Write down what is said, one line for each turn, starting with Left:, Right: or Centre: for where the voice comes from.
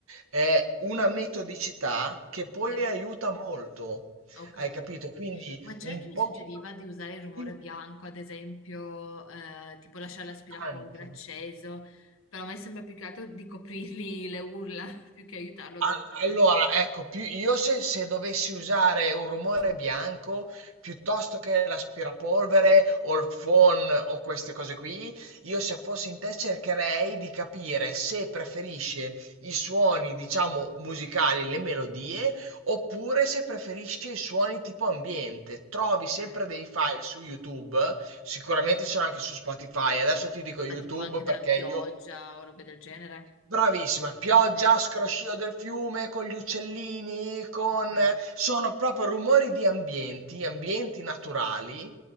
Right: eh, una metodicità che poi
Left: Sì.
Right: aiuta molto.
Left: Ok,
Right: Hai capito? Quindi
Left: ma c'è
Right: un
Left: chi mi
Right: pochino
Left: suggeriva di usare il rumore
Right: di-
Left: bianco, ad esempio, eh, tipo lasciare l'aspirapolvere
Right: anche.
Left: acceso, però a me sembra più che altro di coprirgli le urla <laughs> più che aiutarlo
Right: Al
Left: a dormire.
Right: allora, ecco, più io se se dovessi usare un rumore bianco, piuttosto che l'aspirapolvere o il phon o queste cose qui, io se fossi in te cercherei di capire se preferisce i suoni, diciamo, musicali, le melodie, oppure se preferisce i suoni tipo ambiente. Trovi
Left: Ok,
Right: sempre dei file su YouTube, sicuramente
Left: cioè,
Right: c'erano anche su Spotify. Adesso ti dico YouTube
Left: ma tipo anche della
Right: perché
Left: pioggia
Right: io
Left: o robe del genere.
Right: Bravissima, pioggia,
Left: Ok,
Right: scroscio del fiume con gli uccellini, con...
Left: ok,
Right: sono proprio rumori di ambienti, ambienti naturali